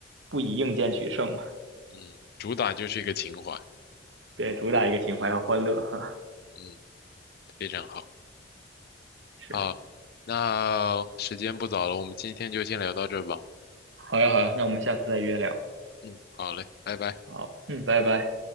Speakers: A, on the right; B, on the left.
A: 不以硬件取胜嘛，
B: 嗯，主打就是一个情怀。
A: 对，主打一个情怀和欢乐哈。
B: 嗯，非常好。
A: 是，
B: 好，那时间不早了，我们今天就先聊到这儿吧。
A: 好呀好呀，那我们下次再约聊。
B: 嗯，好嘞，拜拜。
A: 好，嗯，拜拜。